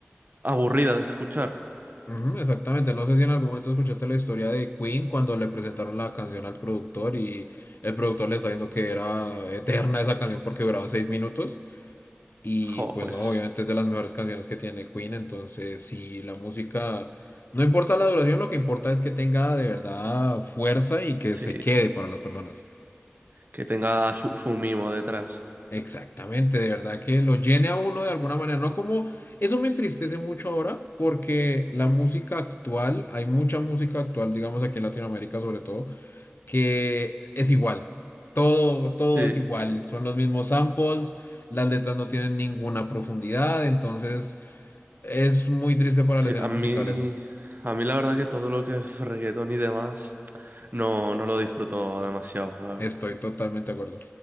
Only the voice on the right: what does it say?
aburrida de escuchar.
Jo,
pues...
Sí,
que tenga su, su mimo detrás.
Sí,
sí,
a
mí,
a mí la verdad que todo lo que es reggaetón y demás no, no lo disfruto demasiado. la verdad.